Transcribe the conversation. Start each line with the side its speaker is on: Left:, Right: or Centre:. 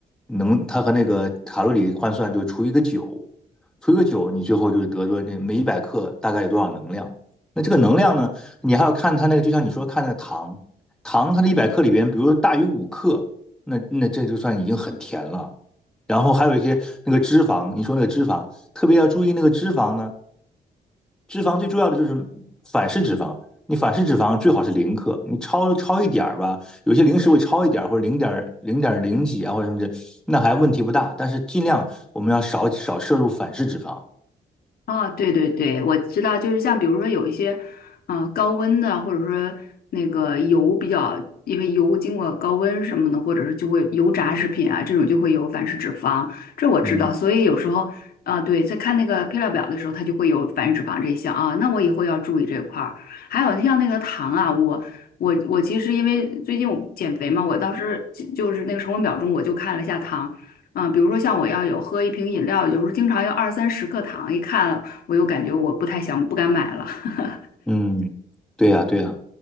Centre: 能，它和那个卡路里换算就除一个九，除一个九，你最后就得出那每一百克大概有多少能量。那这个能量呢，你还要看它那个，就像你说看那个糖，糖它的一百克里边，比如说大于五克，那那这就算已经很甜了。然后还有一些那个脂肪，你说那个脂肪，特别要注意那个脂肪呢。脂肪最重要的就是反式脂肪，你反式脂肪最好是零克，你超超一点儿吧，有些零食会超一点儿或者零点零点零几啊或者什么的，那还问题不大。但是尽量我们要少少摄入反式脂肪。
Left: 啊，对对对，我知道，就是像比如说有一些，嗯、高温的，或者说那个油比较，因为油经过高温什么的，或者是就会油炸食品啊，这种就会有反式脂肪，这我知道。
Centre: 嗯
Left: 所以有时候，啊、对，在看那个配料表的时候，它就会有反式脂肪这一项啊，那我以后要注意这块儿。还有像那个糖啊，我我我其实因为最近我减肥嘛，我当时就就是那个成分表中我就看了一下糖。嗯，比如说像我要有喝一瓶饮料，有时候经常要二三十克糖，一看我又感觉我不太想，不敢买了。<laughs>
Centre: 嗯，对呀对呀，